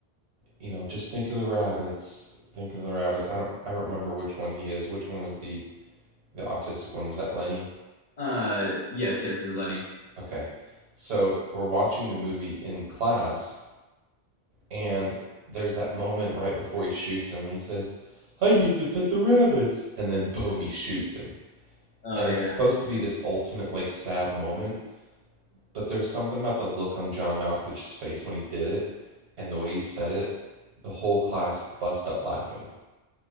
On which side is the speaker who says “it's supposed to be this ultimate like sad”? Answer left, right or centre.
Right